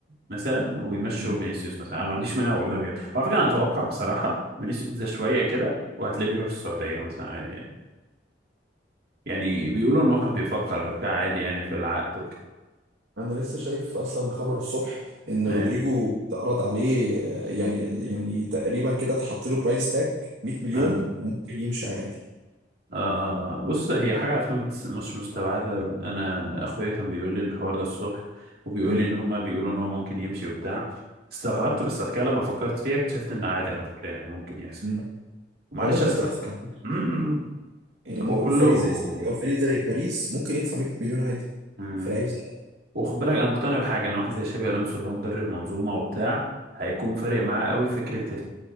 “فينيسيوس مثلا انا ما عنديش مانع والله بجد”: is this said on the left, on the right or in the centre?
Right